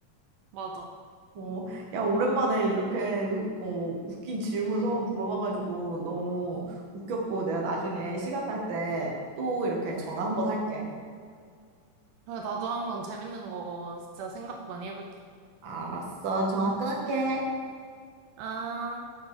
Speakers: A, on the right; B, on the right.
A: 맞아.
B: 어, 야, 오랜만에 이렇게 어, 웃긴 질문 서로 물어봐가지고 너무 웃겼고 내가 나중에 시간 날 때 또 이렇게 전화 한번 할게.
A: 그래, 나도 한번 재밌는 거 진짜 생각 많이 해볼게.
B: 알았어, 전화 끊을게.
A: 아.